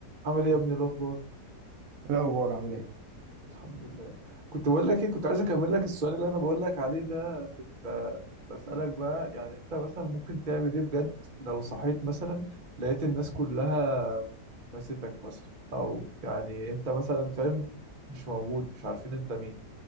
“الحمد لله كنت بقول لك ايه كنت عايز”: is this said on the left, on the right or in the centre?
Right